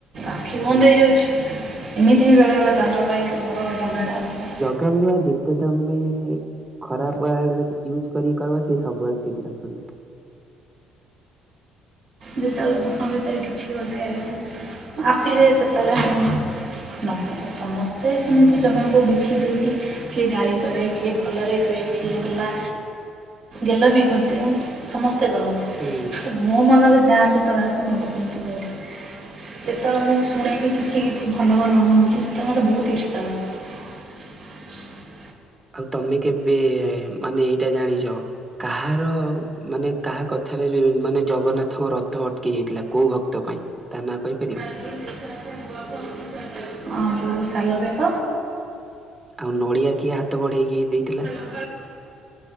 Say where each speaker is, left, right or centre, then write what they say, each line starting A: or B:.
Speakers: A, on the right; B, on the right.
A: ଆଖି ବନ୍ଦ
B: ହଁ
A: ହେଇଯାଉଛି। ଏମିତି ବି ବେଳେବେଳେ ତାଙ୍କ ପାଇଁ କି ମୋର ମନରେ ଆସେ।
B: କଣ ନା ଯେତେ ଦାମୀ ଖରାପ ୱାର୍ଡ <unintelligible> ଇଉଜ୍ କରିକି କହିବ ସେ ସବୁବେଳେ ଶୀଘ୍ର ଶୁଣିବେ।
A: ଯେତେବେଳେ ଭୁଖ ଭିତରେ କିଛି ଗୋଟେ ହେଲେ ଆସିଯାଏ ସେତେବେଳେ ମୁଁ ନମ ସମସ୍ତେ ସେମିତି ଜଗାଙ୍କୁ ଦେଖି ଦେଇକି କିଏ ଗାଳି କରେ କିଏ ଭଲରେ କୁହେ, କିଏ ହେଲା ଗେଲ ବି କରିଦିଅନ୍ତି, ସମସ୍ତେ କରନ୍ତି।
B: ହୁଁ।
A: ତ ମୋ ମନରେ ଯାହା ଯେତେବେଳେ ଆସେ ମୁଁ ବି ସେମିତି କହିିଦିଏ। ଯେତେବେଳେ ମୁଁ ଶୁଣେ କି କିଛି କିଛି ଭଲ ଭଲ ଅନୁଭୂତି ସେତେବେଳେ ମତେ ବହୁତ ଇର୍ଷା ହୁଏ। ଶୁ।
B: ଆଉ ତମେ କେବେ ମାନେ ଏଇଟା ଜାଣିଛ? କାହାର ମାନେ କାହା କଥାରେ ରୁ ମାନେ ଜଗନ୍ନାଥଙ୍କ ରଥ ଅଟକି ଯାଇଥିଲା କୋଉ ଭକ୍ତ ପାଇଁ? ତା ନାଁ କହିପାରିବ?
A: <unintelligible> ହଁ ଯୋଉ ସାଲବେଗ।
B: ଆଉ ନଡ଼ିଆ କିଏ ହାତ ବଢ଼େଇକି ଦେଇଥିଲା?
A: ନଡ଼ିଆ <inaudible>